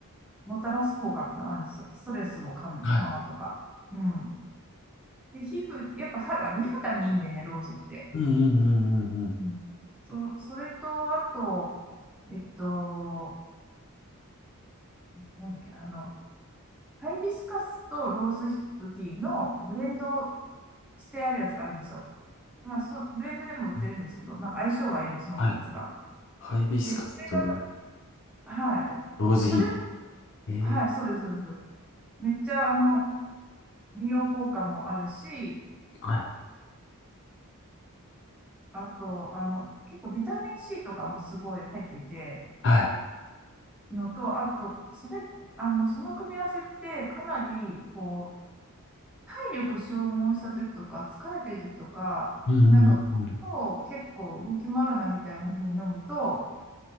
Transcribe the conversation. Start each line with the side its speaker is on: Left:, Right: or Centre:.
Centre: う、もたらす効果ってのがあるんですよ。ストレスも緩緩和とか。
Left: はい。
Centre: うん。で、皮膚、やっぱ肌、美肌にいいんでね、ローズって。
Left: うんうんうんうん
Centre: うん。そ、それと、あと、えっと、なんだっけ、あの、ハイビスカスとローズヒップティーのブレンドしてあるやつがあるんですよ。まあ、そ、ブレンドでも売ってるんですけど、
Left: うん。
Centre: なんか相性がいいんです、その二つが。
Left: はい。ハイビスカスとロ
Centre: で、それが、はい。
Left: ーズヒップ。
Centre: それ
Left: ええ
Centre: はい、そうです、そうです。めっちゃ、あの、美容効果もあるし、
Left: はい、
Centre: あと、あの、結構ビタミン C とかもすごい入ってて、
Left: はい。
Centre: のと、あと、それ、あの、その組み合わせってかなり、こう、体力消耗した時とか、疲れてる時とか、
Left: うんうんうん
Centre: なんかこう、結構動き回るなみたいな風に飲むと、